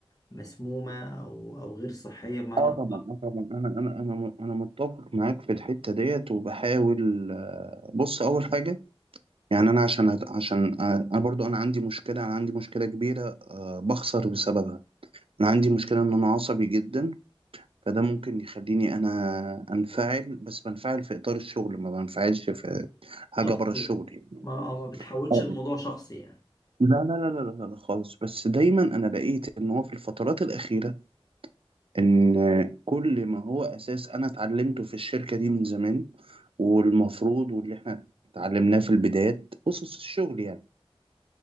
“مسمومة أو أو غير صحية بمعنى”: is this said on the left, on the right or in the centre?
Left